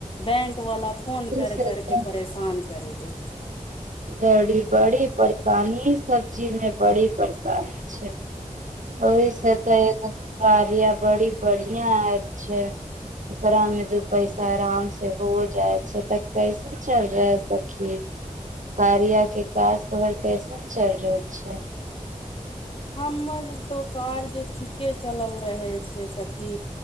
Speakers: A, on the left (about 40°); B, on the right (about 70°).
A: बैंक वाला फोन कर
B: से
A: कर
B: एकदम
A: के परेशान करैत अछि छ
B: बड़ी बड़ी परेशानी ई सब चीज मे बड़ी परेशानी छै ओहि
A: छै
B: से तऽ एगो कार्य बड़ी बढ़िया एप छै ओकरा में दू पैसा आराम से हो जाय छै तऽ कैसा क चल रहैऐ स खी कार्या के काज तोहर कैसन चल रहल छ
A: हमर तो कार्ज ठीके चलल रहै छै सखी